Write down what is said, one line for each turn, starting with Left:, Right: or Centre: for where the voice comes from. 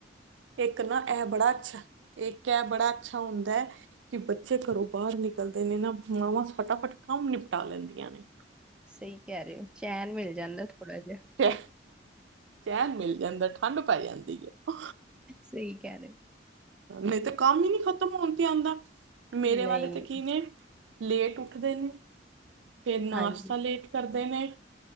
Right: ਇੱਕ ਨਾ ਐ ਬੜਾ ਅੱਛਾ, ਇੱਕ ਐ ਬੜਾ ਅੱਛਾ ਹੁੰਦਾ। ਕੇ ਬੱਚੇ ਘਰੋਂ ਬਾਰ ਨਿਕਲਦੇ ਨੇ ਨਾ ਮਾਵਾਂ ਫਟਾਫਟ ਕੰਮ ਨਿਪਟਾ ਲੈਂਦੀਆਂ ਨੇ।
Centre: ਸਈ ਕੈ ਰਏ ਓਂ, ਚੈਨ ਮਿਲ ਜਾਂਦਾ ਥੋੜਾ ਜਿਆ।
Right: ਚੈ ਚੈਨ ਮਿਲ ਜਾਂਦਾ ਠੰਡ ਪੈ ਜਾਂਦੀ ਐ।
Centre: ਸਹੀ ਕਹਿ ਰਹੇ
Right: ਨਈ ਤੇ ਕੰਮ ਈ ਨਈ ਖਤਮ ਹੋਨ ਤੇ ਆਂਦਾ।
Centre: ਹੋ।
Right: ਮੇਰੇ
Centre: ਨਹੀਂ
Right: ਵਾਲੇ ਤੇ ਕੀ ਨੇ ਲੇਟ ਉੱਠਦੇ ਨੇ, ਫੇਰ ਨਾਸ਼ਤਾ
Centre: ਹਾਂਜੀ
Right: ਲੇਟ ਕਰਦੇ ਨੇ,